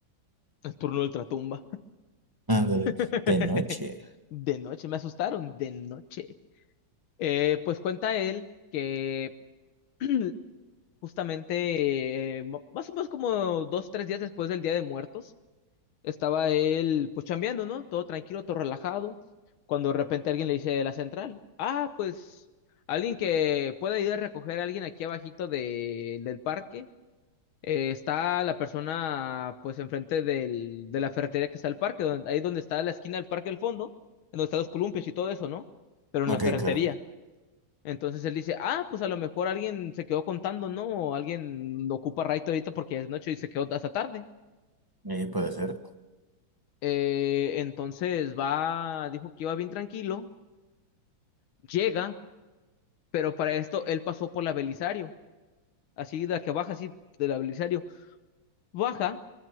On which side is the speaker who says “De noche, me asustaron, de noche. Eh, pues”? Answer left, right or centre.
Left